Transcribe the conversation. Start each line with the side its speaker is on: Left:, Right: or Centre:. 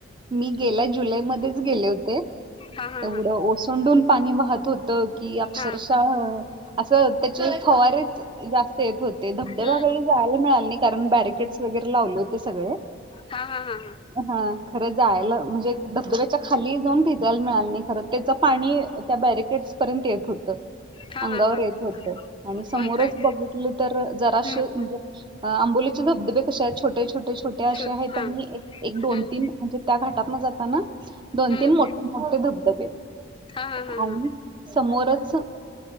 Right: मी गेल्या जुलैमध्येच गेले होते,
Left: हा हा
Right: तेवढं
Left: हा
Right: ओसंडून पाणी वाहत होत. तो की अक्षरशः
Left: हा
Right: असं त्याचे फवारेच जास्त येत होते. ते धबधब्याखाली
Left: हम्म
Right: जायला मिळालं नाही कारण बॅरिकेड्स वगैरे लावले होते सगळे.
Left: हा, हा, हा, हा
Right: अ हा खरं जायला म्हणजे धबधब्याच्या खाली जाऊन भिजायला मिळाल नाय खरं त्याच पाणी त्या बॅरिकेड्स पर्यंत येत होतं.
Left: हा
Right: अंगावर
Left: हा हा हा
Right: येत होतं आणि समोरच
Left: होय काय
Right: बघितलं तर जराशे
Left: हम्म
Right: म्हणजे अ आंबोलीचे धबधबे कसे आहेत छोटे छोटे छोटे असे
Left: छुट
Right: आहेत
Left: हा
Right: आणि एक एक दोन
Left: हम्म
Right: तीन म्हणजे त्या घाटातन जाताना दोन
Left: हम्म
Right: तीन मोठे मोठे धबधबे आहेत
Left: हा हा हा
Right: आणि
Left: हा
Right: समोरच